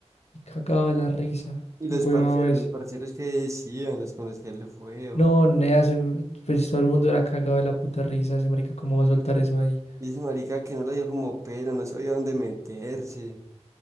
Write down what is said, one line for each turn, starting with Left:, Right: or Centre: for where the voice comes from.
Left: Y cagado de la risa.
Right: Y los
Left: Agüevado
Right: parceros,
Left: ese.
Right: los parceros que decían, los con los que le fue. o-
Left: No, nea, ese- pues todo el mundo era cagado de la puta risa. Ese marica, ¿cómo va a soltar eso ahí?
Right: Y ese marica que no le dio como pero, no sabía dónde meterse.